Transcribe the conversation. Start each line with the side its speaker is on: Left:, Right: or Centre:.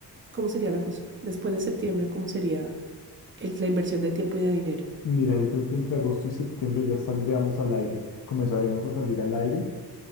Right: ¿cómo sería la cosa? Después de septiembre, ¿cómo sería el- la inversión de tiempo y de dinero?
Left: Mira, yo creo que entre agosto y septiembre ya saldríamos al aire, comenzaremos a salir al aire